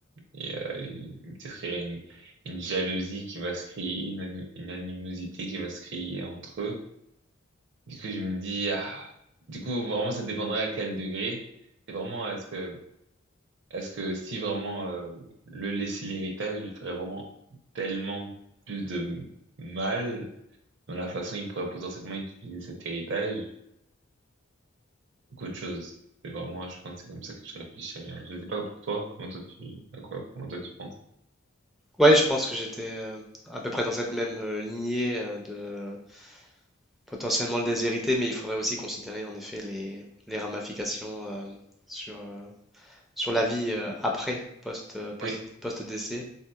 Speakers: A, on the right; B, in the centre.
A: Et, euh, et peut-être qu'il y a une, une jalousie qui va se créer, une, ani- une animosité qui va se créer entre eux. Du coup, je me dis, ah, du coup, vraiment, ça dépendrait à quel degré. C'est vraiment, est-ce que, est-ce que si vraiment euh, le laisser l'héritage, le ferait vraiment tellement plus de mal dans la façon il pourrait potentiellement utiliser cet héritage qu'autre chose. C'est vraiment, je pense, c'est comme ça que je réfléchirais. Je sais pas pour toi, comment toi tu, à quoi, comment toi tu penses?
B: Ouais, je pense que j'étais euh, à peu près dans cette même euh, lignée euh, de potentiellement le déshériter, mais il faudrait aussi considérer en effet les, les ramifications euh, sur, euh, sur la vie euh, après, post, euh, post,
A: Oui,
B: post-décès,